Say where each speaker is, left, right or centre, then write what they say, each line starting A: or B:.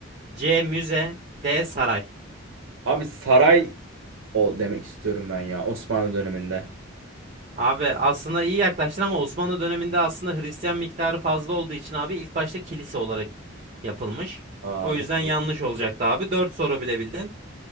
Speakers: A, on the right (about 40°); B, on the right (about 80°).
A: C. Müze D. Saray
B: Abi saray o demek istiyorum ben ya Osmanlı döneminde.
A: Abi aslında iyi yaklaştın ama Osmanlı döneminde aslında Hristiyan miktarı fazla olduğu için abi ilk başta kilise olarak yapılmış.
B: Aa,
A: O yüzden
B: doğru.
A: yanlış olacaktı abi. 4 soru bile bildin.